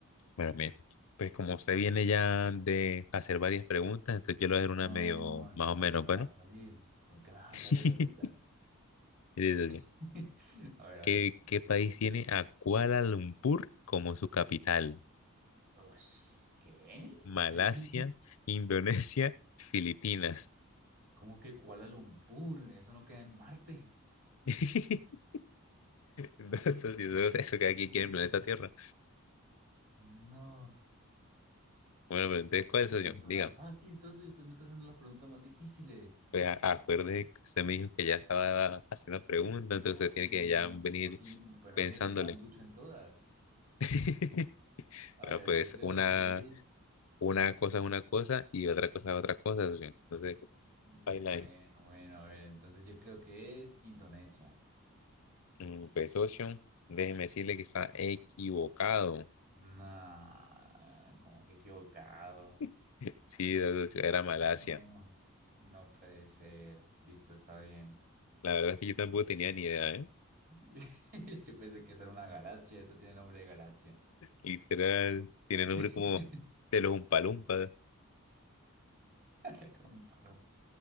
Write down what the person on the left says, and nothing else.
Bueno, mira. Pues como usted viene ya de hacer varias preguntas, entonces yo le voy
a hacer una medio
más o
menos,
bueno.
<laughs>
Mire, socio,
¿Qué,
qué país tiene a Kuala Lumpur como su capital?
Malasia,
Indonesia, Filipinas.
<laughs> Entonces esto sí eso que aquí
quiere el planeta Tierra.
Bueno, pero entonces, ¿cuál es
soy
yo?
Diga,
pues a- acuerde que usted me dijo que ya estaba haciendo preguntas,
entonces usted tiene que ya venir
pensándole.
<laughs>
Bueno,
pues
una,
una cosa es una cosa y otra cosa es otra cosa, socio. Entonces,
baila
ahí.
Mm, Pues, socio, déjeme decirle que está equivocado.
<laughs> Sí, socio, era Malasia.
La verdad es que yo tampoco tenía ni idea, ¿eh?
Literal, tiene nombre
como de los Umpalumpas.